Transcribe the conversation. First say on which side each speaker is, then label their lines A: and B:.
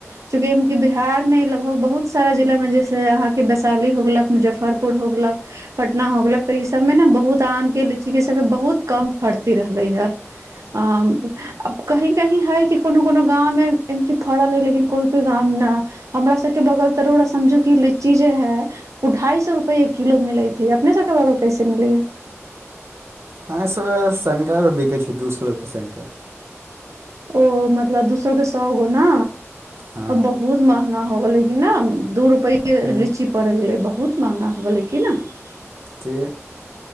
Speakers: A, on the right; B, on the right.
A: चूकि बिहार मे लगभग बहुत सारा जिला में जैसे अहाँके वैशाली होग गेलक मुजफ्फरपुर होग गेलक पटना होग गेलक इ सब मे ने बहुत आम के लीची के सबके बहुत कम फड़ती रहले है आम की कहीं है कि कोनो कोनो गां मे की फड़ल है लेकिन कोई कोई गाँव मे न हमरा सबके बगल तरोड़ समझो क लीची जे है उ ढाई सो रुप किलो मिलत हे अपने सबके बगल कैसेम लैए
B: हँ स सङकरामेर बिकै छै दूसरोुप सङकरा
A: ओ मतलब दू सए के सए गो ने
B: हँ
A: आ बहुत महगा हो गेलै कि न दूरप पहिे
B: ह
A: लीची पड़ गेलै बहुत महँगा हो गेलै कि नहि
B: त